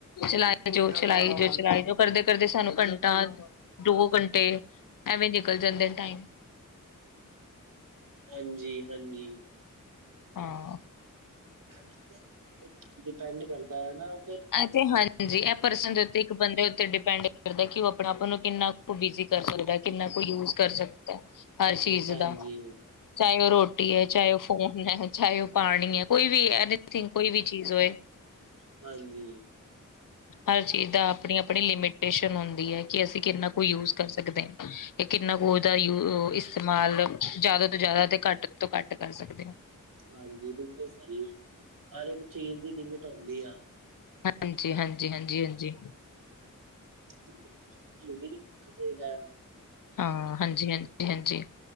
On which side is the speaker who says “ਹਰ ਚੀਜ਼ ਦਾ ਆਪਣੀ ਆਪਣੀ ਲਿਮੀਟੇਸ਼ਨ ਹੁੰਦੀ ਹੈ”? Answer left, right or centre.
Left